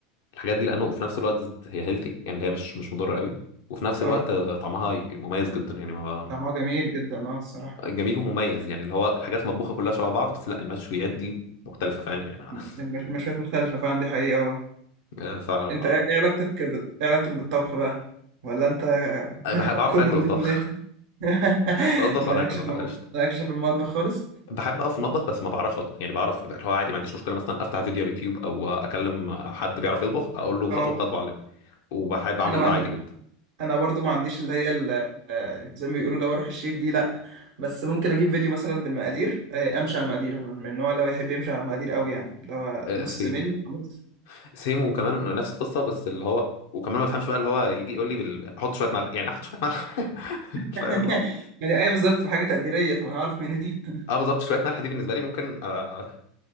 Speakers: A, on the left; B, on the right.
A: الحاجات دي لانه في نفس الوقت هي هيلثي يعني اللي هي مش مش مضره قوي وفي نفس
B: اه
A: الوقت طعمها مميز جدا يعني ما
B: طعمها جميل جدا اه الصراحة
A: جميل ومميز يعني اللي هو الحاجات المطبوخه كلها شبه بعض بس لا المشويات دي مختلفه فاهم يعني <laughs>
B: الم- المشويات مختلفة فعلا دي حقيقة اه
A: آه، فعلا
B: انت
A: اه
B: ايه إيه علاقتك ب... ايه علاقتك بالطبخ بقى ولا انت <laughs>
A: بحب اعرف
B: كله
A: اكل
B: تليفونات
A: طبعا
B: <laughs>
A: <laughs> اطبخ
B: مالكش
A: وانا اكل
B: في
A: انا بقى
B: الم-
A: قشطه
B: مالكش في المطبخ خالص
A: بحب اقف في المطبخ بس ما بعرفش اطبخ يعني بعرف اللي هو عادي ما عنديش مشكله مثلا افتح فيديو على اليوتيوب او اكلم حد بيعرف يطبخ اقول له خطوه
B: اه
A: بخطوه علمني وبحب اعمل
B: انا ما
A: ده
B: عندي
A: عادي جدا
B: انا برضو ما عنديش اللي هي ال- آه، زي ما بيقولوا لو اروح الشيف دي لا بس ممكن اجيب فيديو مثلا بالمقادير آه، امشي على المقادير أنا من النوع اللي هو يحب يمشي على المقادير قوي يعني اللي هو
A: آه،
B: نص
A: سيم
B: ملي خلاص
A: سيم وكمان نفس القصه بس اللي هو وكمان ما بفهمش بقى اللي هو يجي يقول لي بال... حط شويه ملح يعني احط شويه ملح <laughs> فاهم
B: <laughs>
A: اللي هو
B: يعني ايه بالظبط بحاجه تقديريه طب انا عارف منين <laughs>
A: اه بالظبط شويه ملح دي بالنسبه لي ممكن آه آه